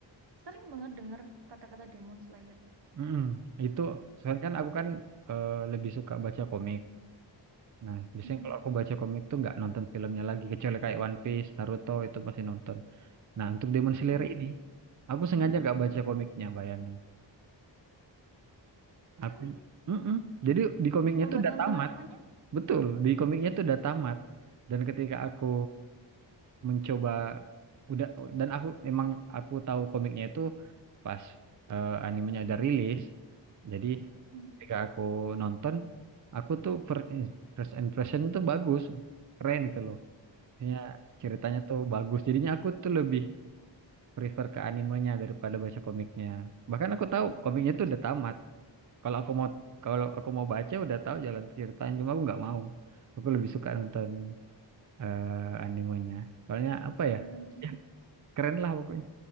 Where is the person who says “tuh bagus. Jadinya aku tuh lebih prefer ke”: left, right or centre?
Right